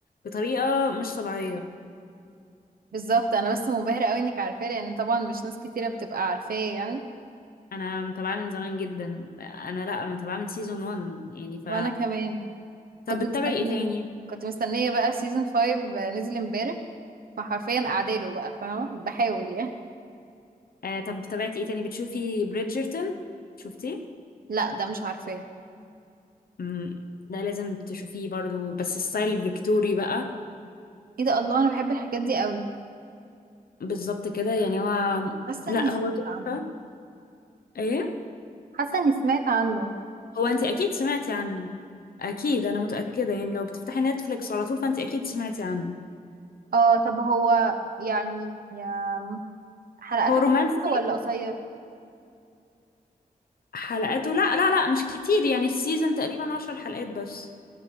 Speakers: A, on the left (about 80°); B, on the right (about 75°).
A: بطريقة مش طبيعية
B: بالظبط انا بس منبهرة قوي انك عارفاه لان طبعا مش ناس كتيرة بتبقى عارفاه يعني
A: انا متابعاه من زمان جدا انا لا متابعاه من سيزون 1 يعني ف
B: وانا كمان
A: طب
B: كنت
A: بتتابعي
B: مستنية
A: ايه تاني
B: كنت مستنية بقى سيزون 5 نزل امبارح فحرفيا قاعداله بقى فاهمة بحاول يعني
A: آه طب تابعتي ايه تاني بتشوفي بريدجرتون شفتيه
B: لا ده مش عارفاه
A: امم ده لازم تشوفيه برضو بس ستايل فيكتوري بقى
B: ايه ده الله انا بحب الحاجات دي قوي
A: بالظبط كده يعني هو
B: حاسة
A: لا
B: اني سمعت
A: هو تحفة
B: عنه
A: ايه
B: حاسة اني سمعت عنه
A: هو انت اكيد سمعتي عنه اكيد انا متأكدة يعني لو بتفتحي نتفليكس على طول فانت اكيد سمعتي عنه
B: اه طب هو يعني يا- حلقاته
A: هو رومانسي
B: كتير ولا قصير
A: حلقاته لا لا لا مش كتير يعني السيزون تقريبا عشر حلقات بس